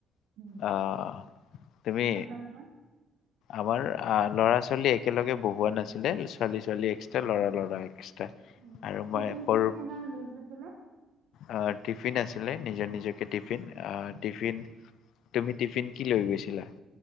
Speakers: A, on the right; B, on the left.
A: উম,
B: আহ তুমি
A: আপোনালোকৰ?
B: আমাৰ ল'ৰা ছোৱালী একেলগে বহোৱা নাছিলে ছোৱালী ছোৱালী এক্সট্ৰা ল'ৰা ল'ৰা এক্সট্ৰা
A: উ
B: আৰু
A: টিফিন
B: মই সৰু
A: চিফিন লৈ থৈছিলা
B: আহ টিফিন নিজৰ নিজকে টিফিন আহ টিফিন তুমি টিফিন কি লৈ গৈছিলা